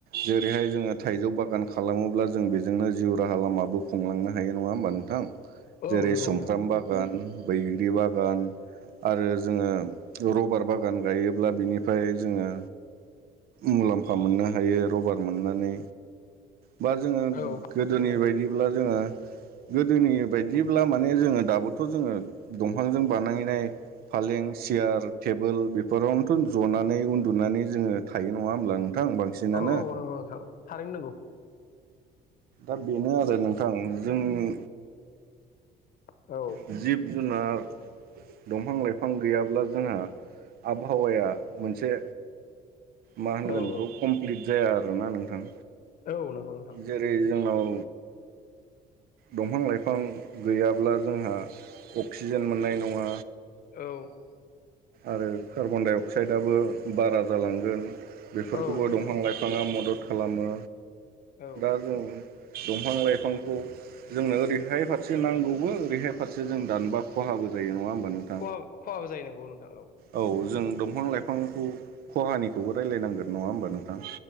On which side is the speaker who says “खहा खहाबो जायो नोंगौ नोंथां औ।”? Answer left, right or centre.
Left